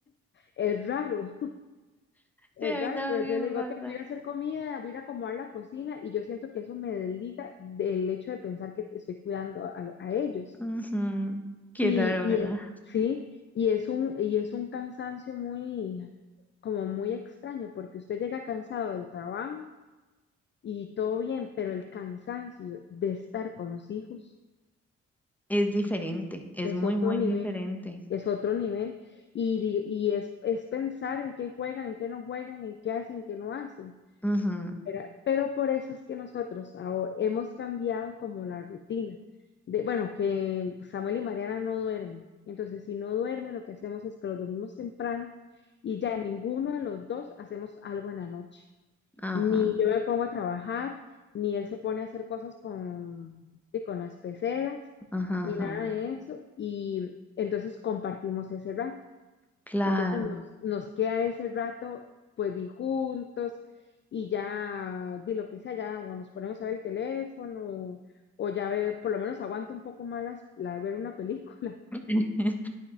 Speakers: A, on the left; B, in the centre.
A: Es raro. Es
B: sí, a
A: raro,
B: mí también
A: pero yo le digo
B: me pasa.
A: que voy a ir a hacer comida, voy a ir a acomodar la cocina y yo siento que eso me desliga del hecho de pensar que estoy cuidando a, lo- a ellos.
B: Ujú. Qué
A: Y,
B: raro,
A: y
B: ¿verdad?
A: es- sí, y es un, y es un cansancio muy, como muy extraño, porque usted llega cansado del trabajo y todo bien, pero el cansancio de estar con los hijos
B: Es diferente, es
A: es
B: muy,
A: otro
B: muy
A: nivel,
B: diferente.
A: es otro nivel. Y, di- y es, es pensar en qué juegan, en qué no juegan, en qué hacen, en qué no hacen.
B: Ujú,
A: Pero, pero por eso es que nosotros aho- hemos cambiado como la rutina. De, bueno, que Samuel y Mariana no duermen. Entonces, si no duermen, lo que hacemos es que los dormimos temprano y ya ninguno de los dos hacemos algo en la noche.
B: ajá,
A: Ni yo me pongo a trabajar, ni él se pone a hacer cosas con, y con las peceras,
B: ajá,
A: ni
B: ajá,
A: nada de eso. Y entonces compartimos ese rato.
B: claro.
A: Entonces nos, nos queda ese rato, pues, di juntos y ya di lo que sea, ya o nos ponemos a ver el teléfono o ya ve, por lo menos aguanto un poco más las- la, ver una película, <laughs>
B: <laughs>